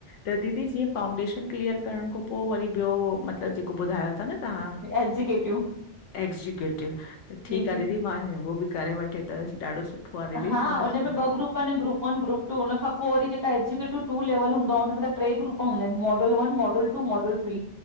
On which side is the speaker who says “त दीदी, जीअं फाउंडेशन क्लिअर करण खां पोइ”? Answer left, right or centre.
Left